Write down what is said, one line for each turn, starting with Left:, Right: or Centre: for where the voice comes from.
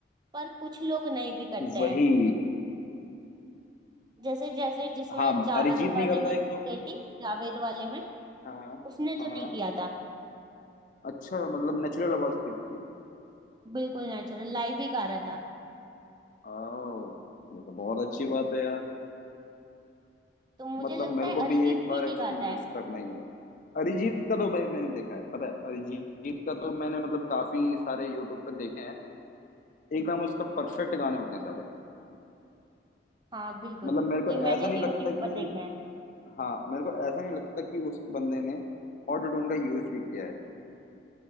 Right: पर कुछ लोग नहीं भी करते
Left: वही
Right: हैं जैसे जैसे जिसमें
Left: हाँ
Right: जादू
Left: अरिजीत
Right: वाले
Left: नहीं करता
Right: में
Left: एक तो
Right: गई थी जावेद वाले में
Left: हाँ
Right: उसने तो
Left: हाँ
Right: नहीं
Left: हाँ
Right: किया था
Left: अच्छा मतलब नेचुरल आवाज थी उसकी
Right: बिल्कुल नेचुरल लाइव ही गा रहा था
Left: आओ ये तो बहुत अच्छी बात है यार
Right: तो मुझे
Left: मतलब
Right: लगता
Left: मेरे
Right: है
Left: को भी
Right: अरिजीत
Left: एक बार
Right: भी नहीं
Left: एक्सपीरियंस
Right: गाता है
Left: करना ही है अरिजीत का तो भाई मैंने देखा है पता है अरिजीत का तो मैंने मतलब काफी सारे यूट्यूब पे देखे हैं एकदम उसका परफेक्ट गाने होते हैं सारे
Right: हाँ बिल्कुल
Left: मतलब मेरे को
Right: ये मैंने
Left: ऐसा नहीं
Right: भी
Left: लगता
Right: यूट्यूब
Left: कि
Right: पर देखे हैं
Left: हाँ मेरे को ऐसा नहीं लगता कि उस बंदे ने ऑटो ट्यून का यूज भी किया है